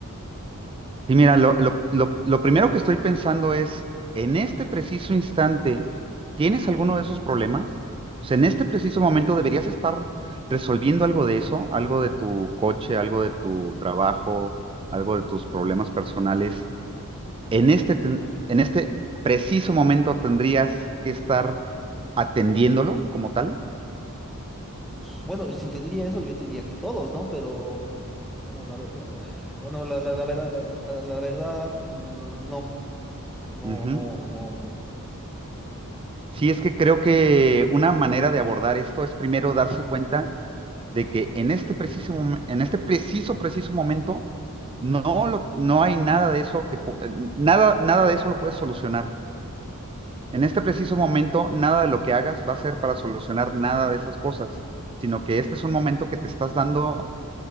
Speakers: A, on the right (about 25°); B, in the centre.
A: Sí, mira, lo, lo, lo, lo primero que estoy pensando es, en este preciso instante, ¿tienes alguno de esos problemas? O sea, en este preciso momento deberías estar resolviendo algo de eso, algo de tu coche, algo de tu trabajo, algo de tus problemas personales. en este, ten- en este preciso momento tendrías que estar atendiéndolo como tal.
B: Bueno, si te diría eso, yo te diría que todos, ¿no? Pero, bueno, la, verdad bueno, la, la, la verdad, la, la- la verdad, no, no,
A: Ujú.
B: no, no, no.
A: Sí, es que creo que una manera de abordar esto es primero darse cuenta de que en este preciso, mom- en este preciso, preciso momento no, lo- no hay nada de eso que, po- nada, nada de eso lo puedes solucionar. En este preciso momento, nada de lo que hagas va a ser para solucionar nada de esas cosas, sino que este es un momento que te estás dando